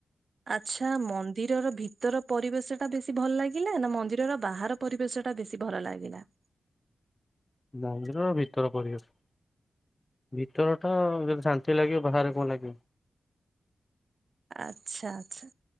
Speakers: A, on the right (about 55°); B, on the left (about 25°).
A: ଆଚ୍ଛା ମନ୍ଦିରର ଭିତ୍ ତର ପରିବେଶଟା ବେଶୀ ଭଲ ଲାଗିଲା ନା ମନ୍ଦିରର ବାହାର ପରିବେଶଟା ବେଶୀ ଭର ଲାଗିଲା?
B: ନା ମନ୍ଦିମରର ଭିତର ପରିବେଶ। ଭିତରଟା ଯଦି ଶାନ୍ତି ଲାଗିବ ବାହାରେ କଁ ଲାଗିବ?
A: ଆଚ୍ଛା ଆଚ୍ଛା